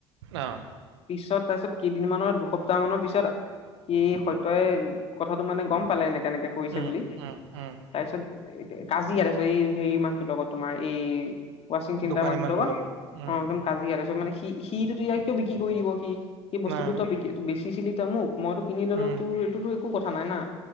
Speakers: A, on the right; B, on the left.
A: আহ
B: পিছত তাৰপিছত কেইদিনমানৰ সপ্তাহ মানৰ পিছত সি সত্যই কথাটো মানে গম পালে এনেকে তেনেকে কৰিছে
A: উম
B: বুলি
A: উম উম
B: তাৰপিছত। কাজিয়া তাৰপিছত এই হেৰি মানুহটোৰ লগত তোমাৰ এই ৱাচিং চিন্তা
A: দোকানী
B: মানটোৰ
A: মানুহটোৰ
B: লগত,
A: উম
B: অ, একদম কাজিয়া, তাৰপিছত মানে সি সিটো, ততিয়া কিয় বিক্ৰী কৰি দিব, সি, সি বস্তুটো
A: আহ
B: তইক বেচিছিলি, তই মোক মইতো কিনি ললো,
A: উম
B: তোৰ এইটোতো একো কথা নাই, না,